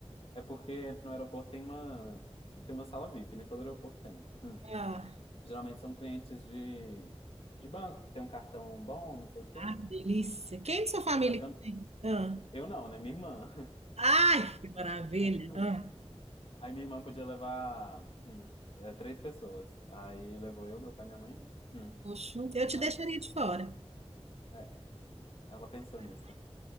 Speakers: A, on the left; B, on the right.
A: É porque no aeroporto tem uma, tem uma sala VIP, nem todo aeroporto tem. Hum.
B: Ah,
A: Geralmente são clientes de, de banco, que tem um cartão bom, não sei o quê.
B: ah, que delícia. Quem de sua família
A: Só que
B: que
A: eu,
B: tem? Ah.
A: eu não, né? Minha irmã.
B: Ai, que maravilha.
A: <laughs>
B: Ah,
A: Aí minha irmã podia levar hum, eh, três pessoas. Aí levou eu, meu pai e minha mãe, né? Hum.
B: poxa, eu
A: E
B: te
A: a,
B: deixaria de fora.
A: é, ela pensou nisso também.